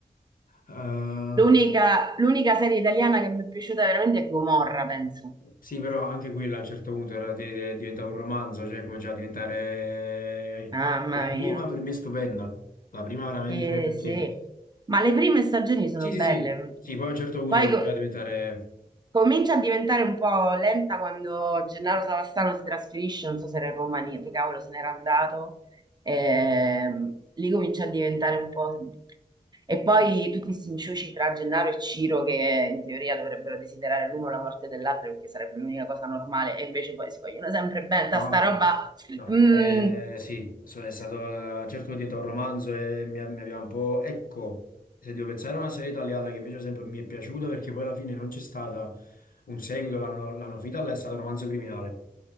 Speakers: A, on the left; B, on the right.
A: Eh,
B: L'unica l'unica serie italiana che mi è piaciuta veramente è Gomorra, penso.
A: sì, però anche quella a un certo punto era- de- diventava un romanzo, cioè cominciava a diventare
B: Mamma
A: la
B: mia.
A: prima per me è stupenda, la prima veramente
B: Sì,
A: perché
B: sì. Ma le prime stagioni sono
A: sì,
B: belle.
A: sì, sì, sì, poi a un certo punto
B: Poi
A: cominciava
B: co-
A: a diventare
B: Comincia a diventare un po' lenta quando Gennaro Savastano si trasferisce, non so se era in Romania, dove cavolo se n'era andato. Ehm, lì comincia a diventare un po'... E poi tutti questi inciuci tra Gennaro e Ciro che in teoria dovrebbero desiderare l'uno la morte dell'altro perché sarebbe l'unica cosa normale e invece poi si vogliono sempre bene. Ta
A: No,
B: Sta
A: no,
B: roba...
A: no.
B: mm,
A: Eh, sì, so- è stato a un certo punto un romanzo e mi, mi aveva un po'... Ecco, se devo pensare a una serie italiana che invece ad esempio mi è piaciuta perché poi alla fine non c'è stato un seguito, l'hanno l'hanno finita, là, è stato Romanzo Criminale.